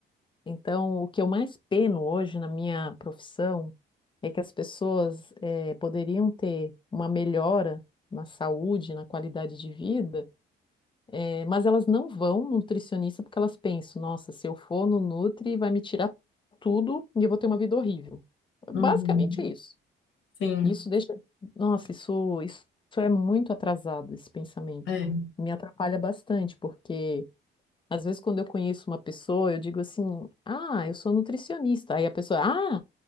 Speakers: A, on the left; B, on the left.
A: Então, o que eu mais peno hoje na minha profissão é que as pessoas eh, poderiam ter uma melhora na saúde, na qualidade de vida É, Mas elas não vão no nutricionista porque elas pensam, nossa, se eu for no Nutri, vai me tirar tudo e eu vou ter uma vida horrível.
B: uhum,
A: Basicamente é isso.
B: sim,
A: Isso deixa. Nossa, isso, isso é muito atrasado, esse pensamento.
B: é.
A: Me atrapalha bastante, porque às vezes quando eu conheço uma pessoa, eu digo assim, ah, eu sou nutricionista. Aí a pessoa, ah,